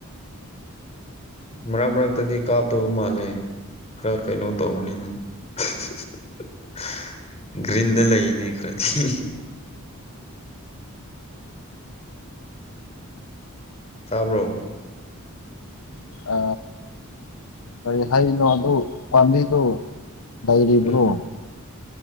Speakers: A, on the left; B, on the left.
A: ꯃꯔꯛ ꯃꯔꯛꯇꯗꯤ ꯀꯥꯞꯇꯕ ꯃꯥꯜꯂꯦ ꯈꯔ ꯀꯩꯅꯣ ꯇꯧꯕꯅꯤꯅ <unintelligible> ꯒ꯭ꯔꯤꯟꯗ ꯂꯩꯅꯦ ꯈꯔꯗꯤ ꯇꯥꯕ꯭ꯔꯣ
B: ꯑ ꯀꯔꯤ ꯍꯥꯏꯅꯣ ꯑꯗꯨ ꯄꯥꯝꯕꯤꯗꯨꯣ ꯂꯩꯔꯤꯕ꯭ꯔꯣ
A: ꯎꯝ